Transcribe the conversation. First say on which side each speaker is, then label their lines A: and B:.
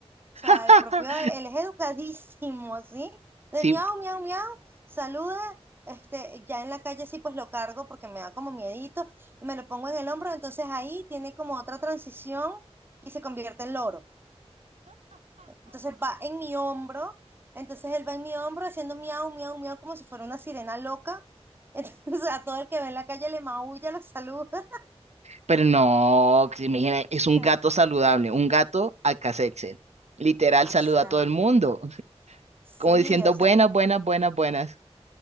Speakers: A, on the right; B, on the right.
A: sea,
B: <laughs>
A: el propio, él es educadísimo, ¿sí? De
B: Sí,
A: miau, miau, miau, saluda, este, ya en la calle sí pues lo cargo porque me da como miedito, me lo pongo en el hombro, entonces ahí tiene como otra transición y se convierte en loro. Entonces va en mi hombro, entonces él va en mi hombro haciendo miau, miau, miau como si fuera una sirena loca. Entonces <laughs> a todo el que ve en la calle le maulla, lo saluda. <laughs>
B: pero no, que se imagina, es
A: O
B: un
A: sea,
B: gato saludable, un gato al alcacelser. Literal,
A: o
B: saluda
A: sea,
B: a todo el mundo,
A: sí,
B: como diciendo
A: o sea,
B: buenas, buenas, buenas, buenas.